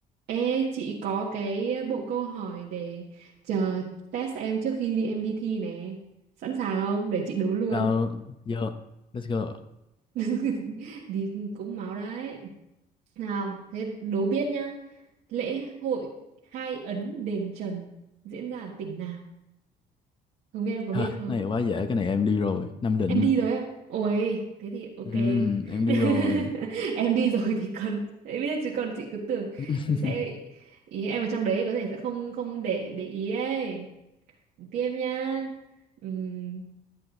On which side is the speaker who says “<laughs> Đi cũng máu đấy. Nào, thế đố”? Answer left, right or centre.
Right